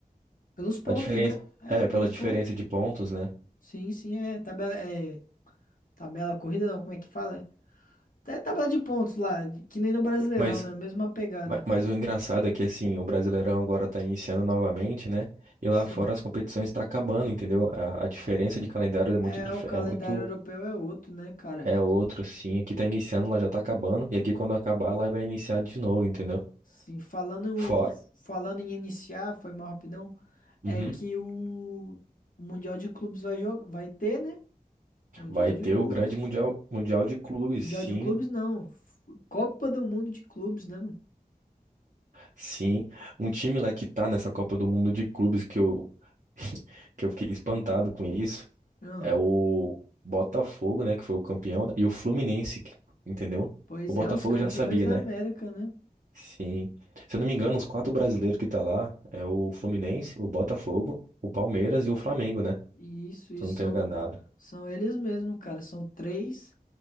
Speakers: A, on the left (about 60°); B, on the right (about 55°).
A: Pelos pontos,
B: a diferença,
A: né? É,
B: é,
A: pelos
B: pela diferença
A: pontos.
B: de pontos, né?
A: Sim, sim, é. Tabela, é, tabela corrida, não, como é que fala? É Até tabela de pontos lá, de- que nem no Brasileirão,
B: Mas
A: né? Mesma pegada.
B: Ma- Mas o engraçado é que, assim, o Brasileirão agora tá iniciando novamente, né? E lá
A: Sim.
B: fora as competições estão acabando, entendeu? A, a diferença de calendário é muito,
A: É,
B: dif-
A: o calendário
B: é muito,
A: europeu é outro, né, cara?
B: é outro, assim. Aqui tá iniciando, lá já tá acabando. E aqui quando acabar, lá vai iniciar de novo, entendeu?
A: Sim, falando,
B: Fora.
A: falando em iniciar, foi mal rapidão.
B: Uhum.
A: É que o, o Mundial de Clubes vai, jogar vai ter, né? Mundial
B: Vai
A: de
B: ter
A: Clubes.
B: o grande mundial, mundial de clubes,
A: Mundial
B: sim,
A: de clubes, não. F- Copa do Mundo de clubes, né, mano?
B: sim. Um time lá que tá nessa Copa do Mundo de clubes que eu, <laughs> que eu fiquei espantado com isso
A: Ah,
B: É o Botafogo, né, que foi o campeão, e o Fluminense, que- entendeu?
A: pois
B: O Botafogo
A: é, os campeões
B: já sabia,
A: da
B: né?
A: América, né?
B: Sim. Se eu não me engano, os quatro brasileiros que tá lá é o Fluminense, o Botafogo, o Palmeiras e o Flamengo, né?
A: E isso, isso
B: Se eu não tenho
A: são,
B: enganado.
A: são eles mesmos, cara. São três